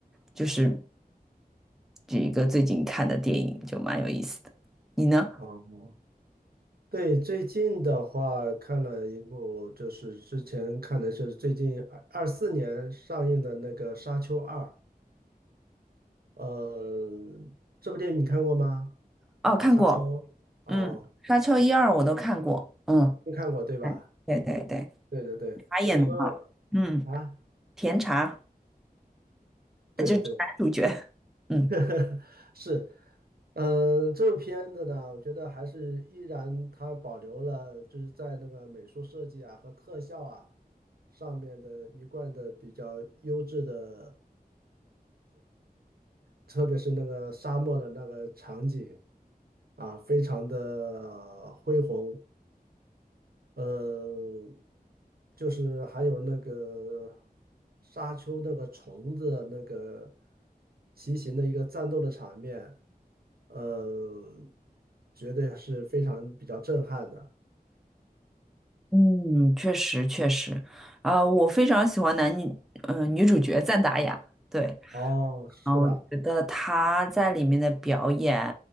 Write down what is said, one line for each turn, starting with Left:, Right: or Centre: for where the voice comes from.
Centre: 就是这一个最近看的电影就蛮有意思的，你呢？
Right: 哦，对，最近的话看了一部，就是之前看的是最近二二四年上映的那个《沙丘二》。呃，这部电影你看过吗？
Centre: 哦，看过。
Right: 《沙丘》哦，
Centre: 嗯，《沙丘》一二我都看过，嗯，
Right: 没看过对吧？
Centre: 哎对对对，
Right: 对对对，
Centre: 茶也能啊，
Right: 所以说啊，
Centre: 嗯，甜茶
Right: 对对，
Centre: 就是男主角，<laughs> 嗯
Right: <laughs> 是，嗯、这部片子呢，我觉得还是依然它保留了就是在那个美术设计啊和特效啊上面的一贯的比较优质的，特别是那个沙漠的那个场景啊，非常的恢宏。呃，就是还有那个沙丘那个虫子那个骑行的一个战斗的场面，嗯，绝对是非常比较震撼的。
Centre: 嗯，确实确实，啊、我非常喜欢男女，呃，女主角赞达雅，对，
Right: 哦，是吧？
Centre: 啊，我觉得她在里面的表演